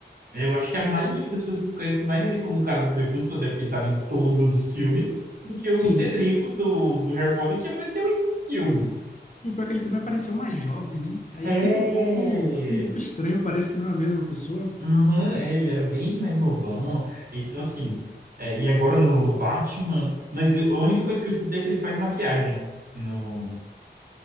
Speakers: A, on the right; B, on the left.
A: Eu acho que a maioria das pessoas conhece mais ele como o cara do Crepúsculo, até porque ele estava em todos os filmes, do que o
B: Sim,
A: Cedrico do, do Harry Potter, que apareceu em um filme.
B: E o pior é que ele também apareceu mais jovem, né? Aí
A: É!
B: fica um pouco, fica um pouco estranho, parece que não é a mesma pessoa,
A: Aham, é, ele era bem mais novão. Então, assim, é, e agora no, no Batman. Mas a única coisa que eu escutei é que ele faz maquiagem no,